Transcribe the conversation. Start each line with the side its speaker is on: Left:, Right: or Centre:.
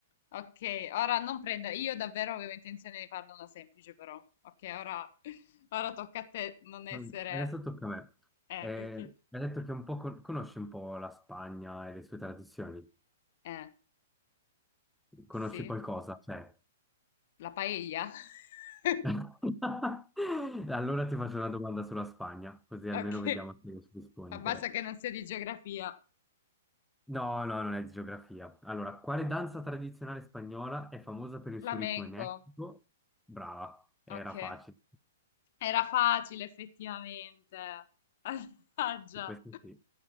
Left: Ok, ora non prendere, io davvero avevo intenzione di farne una semplice però, ok, ora, <laughs> ora tocca a te non essere...
Centre: Vabbè, Adesso tocca a me.
Left: Eh,
Centre: Eh,
Left: ok.
Centre: hai detto che un po' con- conosci un po' la Spagna e le sue tradizioni.
Left: Eh,
Centre: Conosci
Left: sì,
Centre: qualcosa? Cioè.
Left: la paella. <laughs>
Centre: <laughs> Allora ti faccio una domanda sulla Spagna, così almeno
Left: Ok,
Centre: vediamo se riesci a rispondere.
Left: ma basta che non sia di geografia.
Centre: No, no, non è geografia. Allora, quale danza tradizionale spagnola è famosa per il
Left: Flamenco,
Centre: suo ritmo energico? Brava, era
Left: ok,
Centre: facile.
Left: era facile effettivamente. <laughs> Mannaggia.
Centre: Di questo sì.